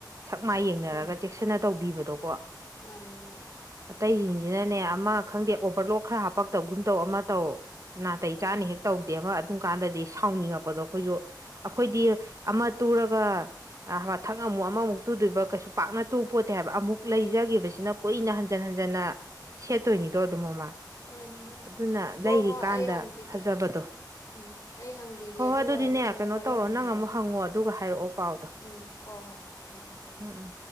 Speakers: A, on the right; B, on the left.
A: ꯁꯛ ꯃꯥꯏ ꯌꯦꯡꯅꯔꯒ
B: ꯎꯝ
A: ꯆꯦꯛꯁꯤꯟꯅ ꯇꯧꯕꯤꯕꯗꯣꯀꯣ ꯫
B: ꯃꯥꯅꯦ ꯃꯥꯅꯦ
A: ꯑꯇꯩꯁꯤꯡꯁꯤꯅꯅꯦ ꯑꯃ ꯈꯪꯗꯦ ꯑꯣꯚꯔꯂꯣꯛ ꯈꯔ ꯍꯥꯞꯄꯛꯇꯕꯒꯨꯝ ꯇꯧ ꯑꯃ ꯇꯧ ꯫ ꯅꯥꯇꯩ
B: ꯎꯝ
A: ꯆꯥꯅ ꯍꯦꯛ ꯇꯧꯗꯦꯕ ꯑꯗꯨꯝꯀꯥꯟꯗꯗꯤ ꯁꯥꯎꯅꯤꯡꯉꯛꯄꯗꯣ ꯑꯩꯈꯣꯏꯁꯨ ꯑꯩꯈꯣꯏꯗꯤ ꯑꯃ ꯇꯨꯔꯒ ꯑꯥ ꯃꯊꯪ ꯑꯃꯨꯛ ꯑꯃꯃꯨꯛ ꯇꯨꯗꯣꯏꯕ ꯀꯩꯁꯨ ꯄꯥꯛꯅ ꯇꯨꯕ ꯄꯣꯠꯇꯦ ꯍꯥꯏꯕ ꯑꯃꯨꯛ ꯂꯩꯖꯒꯤꯈꯤꯕꯁꯤꯅ ꯀꯨꯏꯅ ꯍꯟꯖꯤꯟ ꯍꯟꯖꯟꯅ ꯁꯦꯠꯇꯣꯏꯅꯤꯗꯣ ꯑꯗꯨꯝ ꯑꯃ
B: ꯃꯥꯅꯤ
A: ꯫
B: ꯃꯥꯅꯤ
A: ꯑꯗꯨꯅ ꯂꯩꯔꯤꯀꯥꯟꯗ
B: ꯑꯣ ꯍꯣ ꯑꯩ ꯍꯪꯕꯤꯒꯦ
A: ꯐꯖꯕꯗꯣ
B: ꯎꯝ ꯑꯩ ꯍꯪꯕꯤꯒꯦ
A: ꯍꯣꯏ ꯍꯣꯏ
B: ꯑꯗꯨꯒ
A: ꯑꯗꯨꯗꯤꯅꯦ
B: ꯅꯪꯉꯣꯟꯗ
A: ꯀꯩꯅꯣ
B: ꯃꯔꯣꯟ
A: ꯇꯧꯔꯣ
B: ꯑꯃꯨꯛ
A: ꯅꯪ
B: ꯍꯥꯏꯔꯛꯀꯦ ꯫
A: ꯍꯪꯉꯣ ꯑꯗꯨꯒ ꯍꯥꯏꯔꯛꯑꯣ ꯄꯥꯎ
B: ꯎꯝ ꯍꯣ ꯍꯣ ꯍꯣꯏ ꯊꯝꯃ‌ꯣ ꯊꯝ
A: ꯎꯝ
B: ꯫